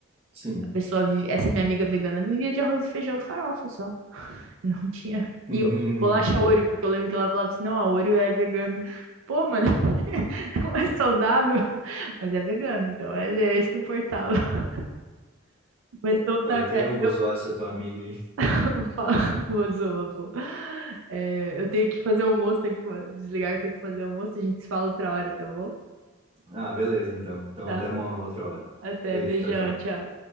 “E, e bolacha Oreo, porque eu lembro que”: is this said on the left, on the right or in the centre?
Right